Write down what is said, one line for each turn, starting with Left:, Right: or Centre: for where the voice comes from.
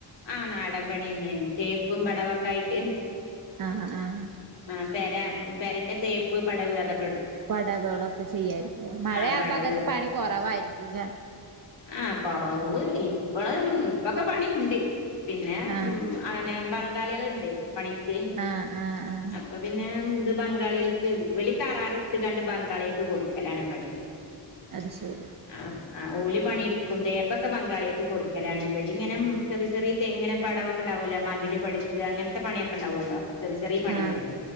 Left: ആഹ് നാടൻ പണിന്നെണ് തേപ്പും പടവൊക്കെ ആയിട്ട്.
Right: ആഅ ആ
Left: ആ പര പെരന്റെ തേപ്പ് പടവ് അതൊക്കെ എടുക്കും.
Right: പടകുകളൊക്കെ ചെയ്യായിരിക്കും മഴയാവുമ്പോ
Left: ആ പടവ്
Right: അങ്ങനത്തെ പണി കൊറവായിരിക്കുംല്ലെ
Left: ആഹ് കൊറവ് ഇപ്പള ഇപ്പൊക്കെ പണിണ്ട് പിന്നെ
Right: ആഹ്
Left: ഉം. അനെ ബംഗാളികള്ണ്ട് പണിക്ക്.
Right: ആഹ് ആഹ് ആഹ്
Left: അപ്പൊ പിന്നെ ഇത് ബംഗാളികൾക്ക് ഓലി കരാർ ഇടത്ത്ങ്ങണ്ട്. ബംഗാളികൾക്ക് കൊടുക്കലാണ്. പണി
Right: അത് ശരി
Left: ആ ആ ഓല് പണി എടുക്കും തേപ്പൊക്കെ ബങ്കാളിയൊൾക്ക് കൊടുക്കലാണ് ഇവലിങ്ങനെ.. ചെറിയ ചെറിയ തെ ഇങ്ങനെ പടംവോക്കെ ഉണ്ടാവുല്ലോ മതില് പഠിക്ക അങ്ങനത്തെ പണിയൊക്കെ ഉണ്ടാവുല്ലോ ചെറ ചെറിയ പണികള്.
Right: ആഹ്